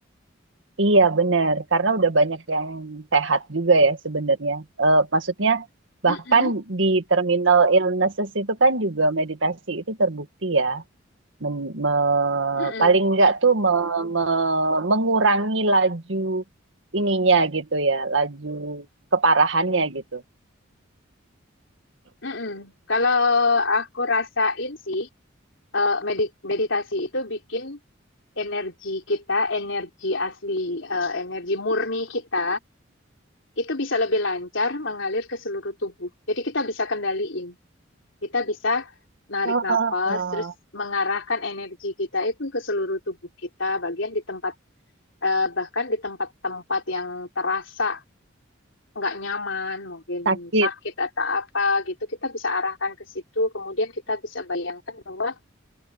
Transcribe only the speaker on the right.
Iya benar, karena udah banyak yang sehat juga ya sebenarnya. Eh, maksudnya bahkan
di terminal illnesses itu kan juga meditasi itu terbukti ya, Men- me-
paling enggak tuh me- me- mengurangi laju ininya gitu ya, laju keparahannya gitu.
Oh,
sakit.